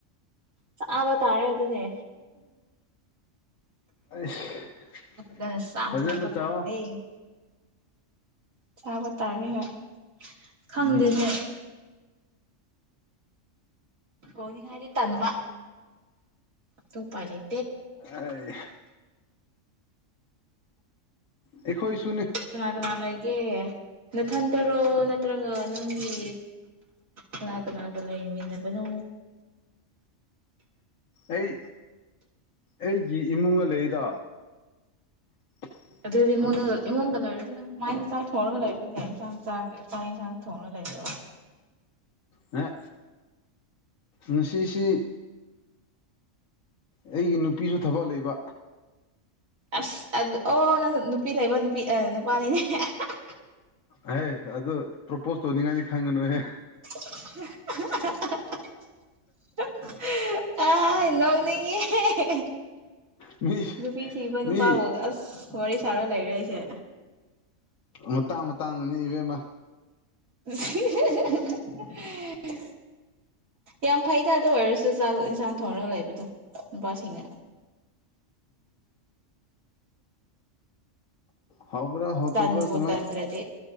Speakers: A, on the right; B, on the left.
A: ꯆꯕ ꯇꯥꯔꯦ ꯍꯥꯏ ꯑꯗꯨꯅꯦ
B: ꯑꯩꯁ
A: ꯗ ꯁꯥꯊꯣꯄ
B: ꯐꯖꯅ ꯆꯥꯎ
A: ꯇꯥꯅꯦ ꯆꯥꯕ ꯇꯥꯔꯦ ꯍꯣꯏ ꯑ ꯈꯪꯗꯦꯅꯦ
B: ꯎꯝ
A: ꯍꯅꯤ ꯍꯥꯏꯥꯏꯗꯤ ꯊꯟꯕ ꯇꯨꯡ ꯄꯥꯏ ꯂꯩ
B: ꯑꯩ ꯑꯦꯈꯣꯏꯁꯨ
A: ꯀꯅꯥꯀꯅꯥꯅꯥꯒꯤ ꯅꯊꯟꯇꯔꯣ ꯅꯠꯇ꯭ꯔꯒ ꯅꯪꯒꯤ ꯂꯅꯥꯒ ꯂꯅꯥꯒ ꯂꯩꯃꯤꯟꯅꯕꯅ
B: ꯑꯩ ꯑꯩꯒꯤ ꯏꯃꯨꯡꯒ ꯂꯩꯗ <inaudible>
A: ꯑꯗꯨꯏꯗꯤ ꯏꯉꯣꯟꯗ ꯏꯃꯨꯡꯗ ꯂꯩꯔꯗꯤ ꯅꯪ ꯀꯃꯥꯏꯅ ꯆꯥꯛ ꯊꯣꯡꯉꯒ ꯂꯩꯕꯅꯦ ꯏꯟꯁꯥꯡ ꯆꯥꯛ ꯂꯄꯥ ꯌꯦꯟꯁꯥꯡ ꯊꯣꯡꯉꯒ ꯂꯩꯕꯣ
B: <unintelligible> ꯑꯦ ꯉꯁꯤꯁꯤ ꯑꯩꯒꯤ ꯅꯨꯄꯤꯁꯨ ꯊꯕꯛ ꯂꯩꯕ
A: ꯑꯁ ꯑꯗꯨ ꯑꯣ ꯅꯪ ꯅꯨꯄꯤ ꯂꯩꯕ ꯅꯨꯄꯤ ꯑꯦ ꯅꯨꯄꯥꯅꯤꯅꯦ ꯑꯦ ꯍꯍꯦ ꯍꯥꯥ ꯍꯥ
B: ꯍꯥꯏ ꯑꯗꯨ ꯄ꯭ꯔꯣꯄꯣꯁ ꯇꯧꯅꯤꯡꯉꯥꯏꯗꯤ ꯈꯟꯒꯅꯨꯍꯦ
A: ꯑꯍꯥ ꯑꯍꯥ ꯑꯍꯥ ꯑꯍꯥ ꯍꯍ ꯑꯥꯏ ꯅꯣꯡꯅꯤꯡꯉꯦꯍꯦ
B: ꯃꯤ
A: ꯅꯨꯄꯤ ꯊꯤꯕ ꯅꯨꯄꯥꯕꯎꯒ
B: ꯃꯤ
A: ꯑꯁ ꯋꯥꯔꯤ ꯁꯥꯔ ꯂꯩꯔꯦ ꯑꯩꯁꯦ
B: ꯃꯇꯥꯡ ꯃꯇꯥꯡꯅꯅꯦ ꯏꯕꯦꯝꯃ
A: ꯍꯤ ꯍꯥ ꯍꯥ ꯍꯥ ꯍꯥ ꯍꯍ ꯌꯥꯝ ꯐꯩꯗ ꯑꯗꯨ ꯑꯣꯏꯔꯁꯨ ꯆꯥꯛ ꯆꯥꯛ ꯏꯟꯁꯥꯡ ꯊꯣꯡꯔꯒ ꯂꯩꯕꯗꯣ ꯅꯨꯄꯥꯁꯤꯡꯅ
B: ꯍꯥꯎꯕ꯭ꯔꯥ ꯍꯥꯎꯇꯕ꯭ꯔꯥ
A: ꯇꯟꯕꯨ
B: ꯀꯃꯥꯏ
A: ꯇꯟꯗ꯭ꯔꯗꯤ